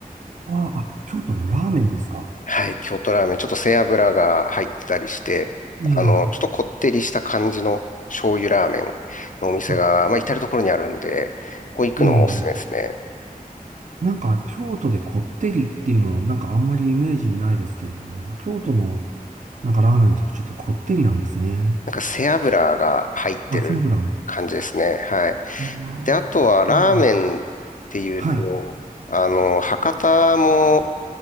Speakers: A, on the right; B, on the left.
A: ああ、あ京都のラーメンですか
B: はい、京都ラーメン、ちょっと背脂が入ってたりして、
A: いえ、
B: あの、ちょっとこってりした感じの醤油ラーメンのお店が、
A: あ、
B: まあ、至るところにあるんで、ここ行くのもおすすめですね。
A: ええ、なんか京都でこってりっていうのはなんかあんまりイメージにないですけれども、京都のなんかラーメンの特徴ってこってりなんですね。
B: なんか背脂が入ってる感じですね。
A: 秋油。
B: はい。
A: あ
B: で、あとはラーメンっていうと、
A: あ、なるほど。はい。
B: あの、博多も、